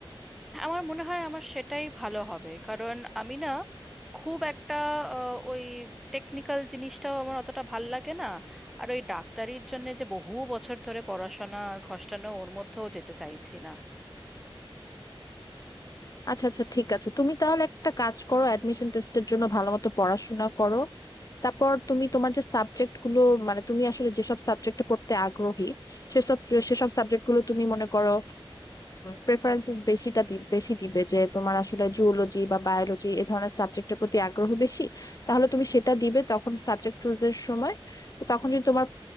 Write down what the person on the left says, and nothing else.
আচ্ছা আচ্ছা ঠিক আছে তুমি তাহলে একটা কাজ করো অ্যাডমিশন টেস্টের জন্য ভালো মতো পড়াশোনা করো তারপর তুমি তোমার যে সাবজেক্ট গুলো মানে তুমি আসলে যেসব সাবজেক্টে পড়তে আগ্রহী সেসব সেসব সাবজেক্ট গুলো তুমি মনে করো প্রেফারেন্সেস বেশিটা দি- বেশি দিবে যে তোমার আসলে জুওলজি বা বায়োলজি এ ধরনের সাবজেক্টের প্রতি আগ্রহ বেশি তাহলে তুমি সেটা দিবে তখন সাবজেক্ট চুজের সময় তো তখন যদি তোমার